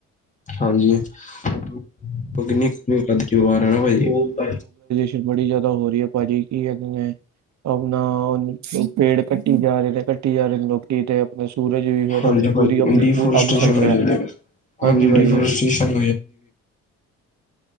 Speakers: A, on the left; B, on the right.
A: ਹਾਂਜੀ ਉਹ ਕਿੰਨੀ ਕਮੀ ਬਿਾਰ ਹੈ। ਭਾ
B: ਐ ਬੜੀ ਜਿਆਦਾ ਹੋ ਰਹੀ ਹੈ। ਭਾਜੀ ਐ ਅੱਗੋ ਮੈਂ ਆਪਣਾ ਪੇੜ ਕੱਟੀ ਜਾ ਰਹੇ ਨੇ। ਕੱਟੀ ਜਾ ਰਹੇ ਨੇ। ਲੋਕੀ ਤੇ ਆਪਣੇ ਸੂਰਜ ਵੀ ਫਿਰ
A: ਹਾਂਜੀ
B: ਆਪ
A: ਪਾਜੀ
B: ਪੂਰੀ ਆਪਣੀ
A: ਇੰਡੇਫ਼ੀਰੇਸਟੇਸ਼ਨ
B: ਪੂ ਅੱਗ ਛੱਡ
A: ਸਮਝਦੇ
B: ਰਿਹਾ
A: ਨੇ
B: ਹਾਂਜੀ
A: ਹਾਂਜੀੋ ਡਿਫਾਰੈਸਟੇਸ਼ਨ
B: ਭਾਜੀ
A: <inaudible>